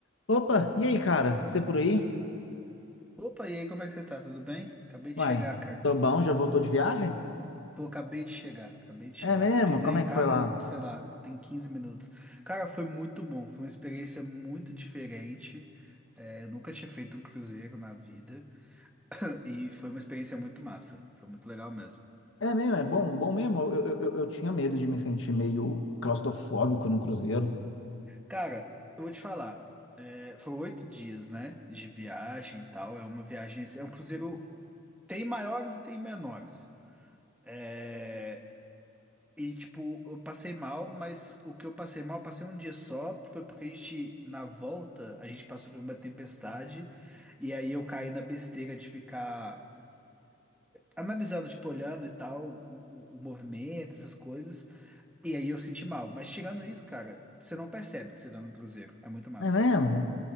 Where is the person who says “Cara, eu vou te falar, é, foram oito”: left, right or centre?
Centre